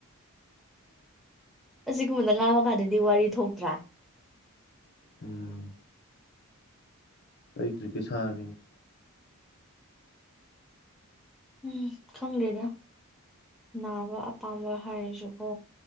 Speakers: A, in the centre; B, on the left.
A: ꯑꯁꯤꯒꯨꯝꯕꯗ ꯉꯥꯡꯉ ꯀꯥꯟꯗꯗꯤ ꯋꯥꯔꯤ ꯊꯣꯛꯇ꯭ꯔꯥ
B: ꯎꯝ ꯑꯩꯩ ꯀ꯭ꯔꯤꯀꯦꯠ ꯁꯅꯥꯅꯤꯡꯉꯦ
A: ꯎꯝ ꯈꯪꯗ꯭ꯔꯦꯗ ꯅꯥꯕ ꯑꯄꯥꯝꯕ ꯍꯥꯏꯔꯁꯨꯀꯣ